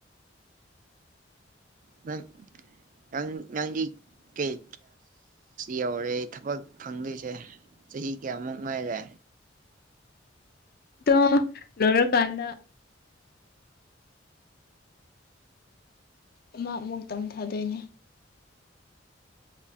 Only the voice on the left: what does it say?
ꯑꯗꯢ ꯂꯣꯢꯔ ꯀꯥꯟꯗ ꯑꯃ ꯑꯃꯨꯛ ꯇꯝꯊꯥꯗꯣꯏꯅꯦ